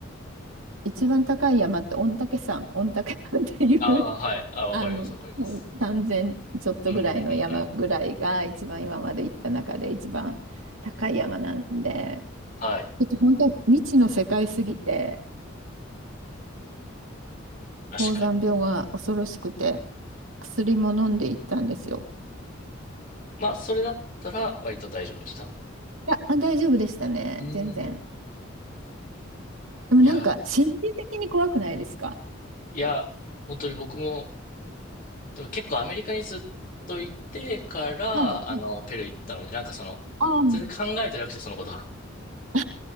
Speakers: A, on the right (about 85°); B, on the left (about 45°).
A: 一番高い山って御嶽山、御嶽山っていう
B: ああ、はい。あ、わかります、
A: あの、うん
B: わかります。
A: 3000ちょっとぐらいの山ぐらいが一番今まで行った中で一番高い山なんで、
B: うんうんうんうん。はい。
A: ちょっと本当未知の世界すぎて、
B: 確かに。
A: 高山病が恐ろしくて、薬も飲んで行ったんですよ。
B: まあ、それだったら割と大丈夫でした。
A: いや、あ大丈夫でしたね、
B: うーん。
A: 全然。でもなんか心理的に怖くないですか
B: いや、いや、本当に僕も、でも結構アメリカにずっといてから、
A: はい。
B: あの、ペルー行ったので、なんかその、
A: ああ、
B: 全然考えてなくて、そのこと。<laughs>
A: <laughs>